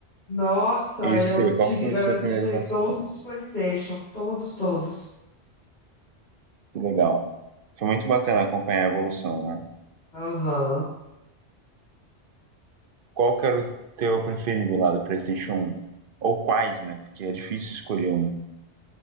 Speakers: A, on the left (about 65°); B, on the right (about 55°).
A: Nossa,
B: E
A: eu
B: você,
A: tive.
B: qual foi o
A: A
B: seu
A: gente
B: primeiro
A: teve
B: console?
A: todos os PlayStation, todos, todos.
B: Que legal. Foi muito bacana acompanhar a evolução, né?
A: Aham.
B: Qual que era o teu preferido lá do PlayStation um? Ou quais, né? Porque é difícil escolher um.